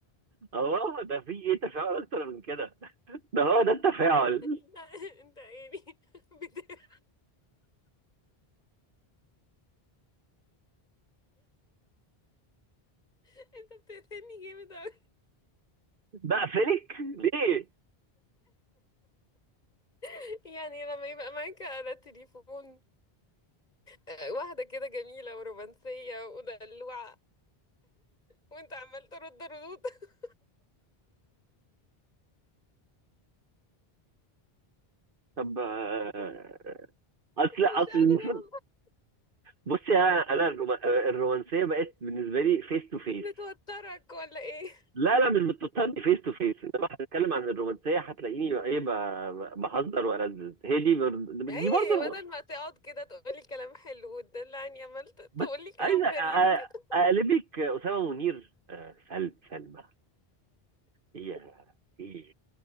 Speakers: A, on the right; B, on the left.
A: <laughs> اه ده في ايه تفاعل اكتر من كده ده هو ده التفاعل
B: لا انت يعني <laughs> بت... انت بتقتلني جامد اوي
A: بقفلك ليه
B: <laughs> يعني لما يبقى معاك على التليفون آه، واحدة كده جميلة ورومانسية ودلوعة وانت عمال ترد ردود <laughs>
A: طب آه، اصل اصل
B: مش قادرة
A: المفروض
B: والله
A: بصي انا انا الروما- آه، الرومانسيه بقت بالنسبه لي فيس تو فيس
B: بتوترك ولا ايه
A: لا لا مش بتضطرني فيس تو فيس انما هنتكلم عن الرومانسيه هتلاقيني ايه ب- ب- بهزر والذذ هي دي بر-
B: اي
A: دي برضه رو-
B: بدل ما تقعد كده تقولي كلام حلو وتدلعني عمال
A: بس
B: تقولي كلام
A: عايز أ-
B: غريب
A: أ-
B: كده
A: اقلبك اسامه منير آه، سل سلمى ايه ايه